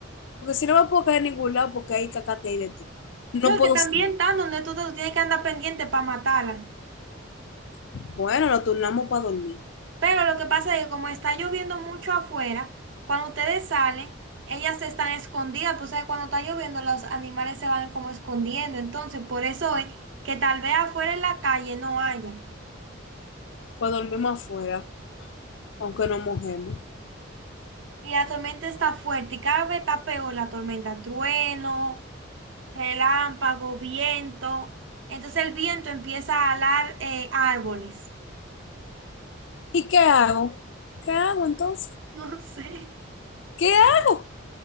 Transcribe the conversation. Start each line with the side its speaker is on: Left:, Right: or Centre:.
Left: Porque si no me puedo quedar en ningún lado porque hay cacate ahí de tú. No
Right: No,
Left: puedo
Right: que también
Left: salir.
Right: están donde tú, tú tienes que andar pendiente para matarla.
Left: Bueno, nos turnamos para dormir.
Right: Pero lo que pasa es que como está lloviendo mucho afuera, cuando ustedes salen, ellas están escondidas, pues ¿sabes? cuando está lloviendo los animales se van como escondiendo. Entonces, por eso es que tal vez afuera en la calle no haya.
Left: Pues dormimos afuera, aunque no mojemos.
Right: Y la tormenta está fuerte y cada vez está peor la tormenta. Trueno, relámpago, viento. Entonces el viento empieza a alar eh, árboles. <laughs>
Left: ¿Y qué hago? ¿Qué hago entonces?
Right: No sé.
Left: ¿Qué hago?